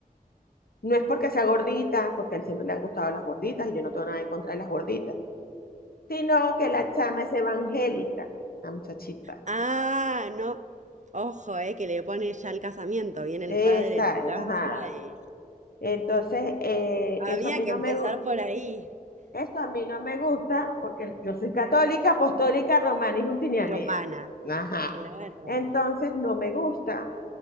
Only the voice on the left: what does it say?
No es porque sea gordita, porque a él siempre le han gustado las gorditas y yo no tengo nada en contra de las gorditas sino que la chama es evangélica, la muchachita.
Esa,
ajá.
Entonces, eh,
eso a mí
no
me gusta.
Eso a mí no me gusta porque yo soy católica, apostólica, romana y justinianea.
Ajá.
Entonces, no me gusta